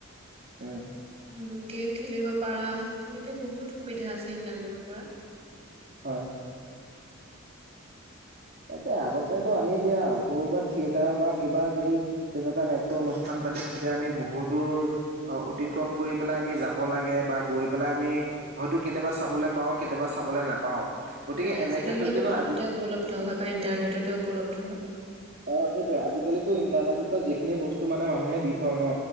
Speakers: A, on the right; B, on the right.
A: উম।
B: উম, গেম খেলিব পাৰা তেনেকে বহুত সুবিধা আছে ইন্টাৰনেটৰ পৰা।
A: হয়। তাকে আগতে আমি এতিয়া কৰ'বাত থিয়েটাৰ বা কিবা যদি তেনেকুৱা নাট্য অনুষ্ঠান পাতে তেতিয়া আমি বহুত দূৰ অতিক্ৰম কৰি পেলাই আমি যাব লাগে বা গৈ পেলাই আমি হয়তো কেতিয়াবা চাবলৈ পাওঁ কেতিয়াবা চাবলৈ নাপাওঁ গতিকে
B: হয়
A: এনে
B: আজিকালি
A: ক্ষেত্ৰত
B: সেইটো
A: কিন্তু
B: ফোনতে
A: আজি
B: উপলব্ধ হয় বা ইন্টাৰনেটতে উপলব্ধ হয়।
A: অ', সেইটোৱে আজিকালিটো ইন্টাৰনেটতো যিখিনি বস্তু মানে মানুহে দি থয় ন'